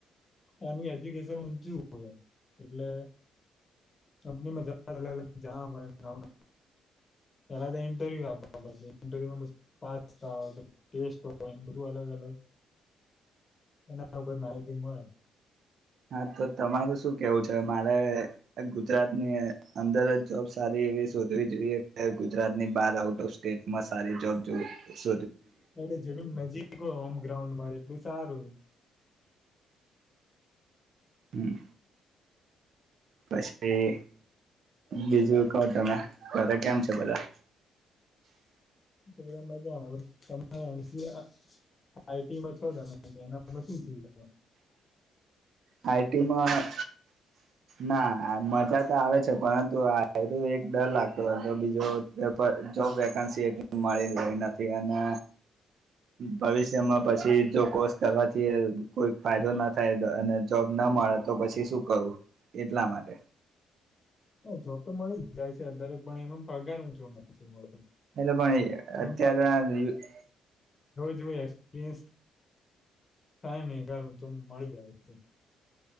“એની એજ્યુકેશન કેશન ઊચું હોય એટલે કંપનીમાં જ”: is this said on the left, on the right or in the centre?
Left